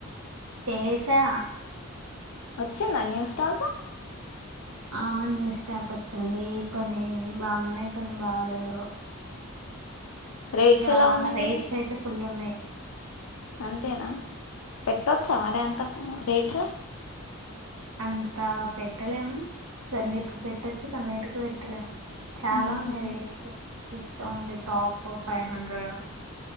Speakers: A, on the right; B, on the left.
A: చేేసా
B: వచ్చిందా న్యూ స్టాక్
A: ఆ న్యూ స్టాక్ వచ్చింది కొన్ని బాగున్నాయి కొన్ని బాగలేవు
B: రేట్స్
A: ఇగా
B: ఎలా ఉన్నాయి
A: రైట్స్
B: మరి
A: అయితే ఫుల్ ఉన్నాయి
B: అంతేనా పెట్టొచ్చా మరి అంత రేట్స్
A: అంతా పెట్టలేము కొన్నీటికి పెట్టొచ్చు కన్నీటికి పెట్టలేము చాలా
B: ఊహు
A: ఉన్నాయి rates just only top five hundred